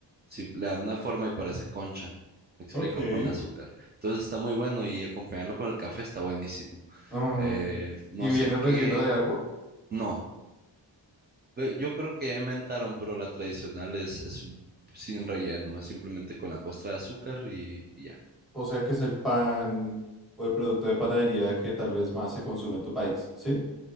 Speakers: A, on the right (about 25°); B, in the centre.
A: Sí, le dan una forma y parece concha. Me explico,
B: ok.
A: con el azúcar. Entonces está muy bueno y acompañarlo con el café está buenísimo.
B: Mm,
A: Eh, no
B: ¿y viene
A: sé
B: relleno
A: qué.
B: de algo?
A: No. Eh, Yo creo que ya inventaron, pero la tradicional es, es un- sin relleno, es simplemente con la costra de azúcar y, y ya.
B: O sea que es el pan o el producto de panadería que tal vez más se consume en tu país, ¿sí?